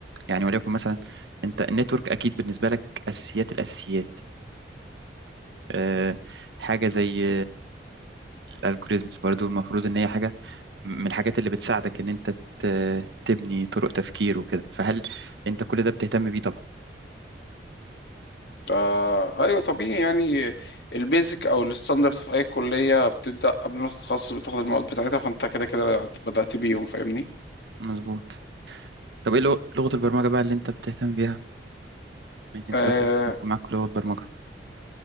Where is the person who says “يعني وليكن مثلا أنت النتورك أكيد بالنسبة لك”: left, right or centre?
Right